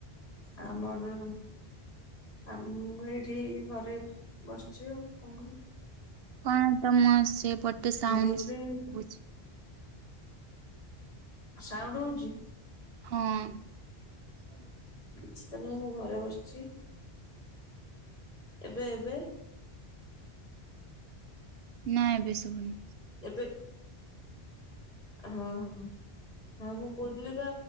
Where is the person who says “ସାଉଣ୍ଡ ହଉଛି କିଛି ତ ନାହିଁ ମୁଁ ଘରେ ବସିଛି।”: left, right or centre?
Left